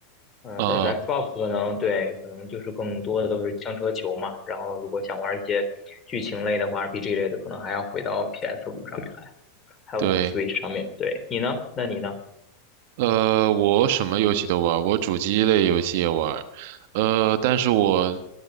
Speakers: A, on the left; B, on the right.
A: 嗯、
B: 啊，
A: 但是 Xbox 可能对，可能就是更多的都是枪车球嘛，然后如果想玩儿一些剧情类的话，RPG 类的，可能还要回到 PS 五上面。来。还有
B: 对，
A: Switch 上面。对，你呢？那你呢？
B: 呃，我什么游戏都玩，我主机类游戏也玩，呃，但是我